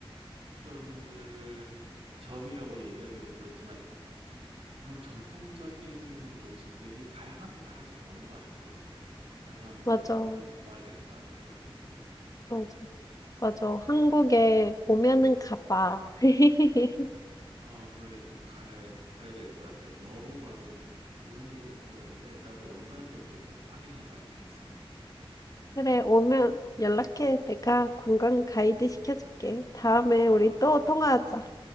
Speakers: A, on the right; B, on the left.
A: 음식점들 점이라고 얘기하기도 그렇지만 너무 전통적인 음식들이 다양하게 팔아서 좋은 것 같아 거기는. 나도 한번
B: 맞아,
A: 조만간 가봐야 될 것 같아 거기는 꼭.
B: 맞아, 맞아. 한국에 오면은 가봐. <laughs>
A: 아, 그러게 꼭 갈, 가야 될 것 같아. 너무 많은 좋은 얘기를 들었는데, 나도 얼마나 좋은지 꼭 확인해 봐야 되겠어, 거기는. <laughs>
B: 그래, 오면 연락해. 내가 관광 가이드 시켜줄게. 다음에
A: 아,
B: 우리 또 통화하자.